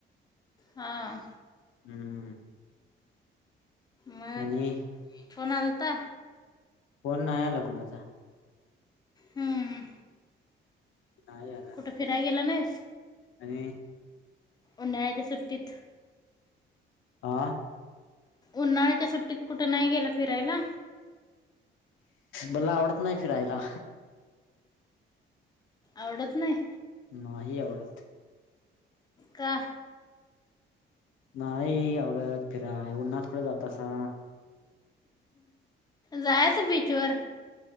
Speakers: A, on the left; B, on the left.
A: हां.
B: हम्म.
A: म
B: आणि
A: फोन आल आता
B: फोन नाही आला कुणाचा.
A: हम्म.
B: नाही आला
A: कुठे फिराय गेला नाहीस.
B: आणि.
A: उन्हाळ्याच्या सुट्टीत.
B: आ.
A: उन्हाळ्याच्या सुट्टीत कुठे नाही गेला फिरायला.
B: मला आवडत नाही फिरायला.
A: आवडत नाही.
B: नाही आवडत.
A: का.
B: नाही आवडत फिराय उन्हात कुठे जातासा.
A: जायच बीचवर.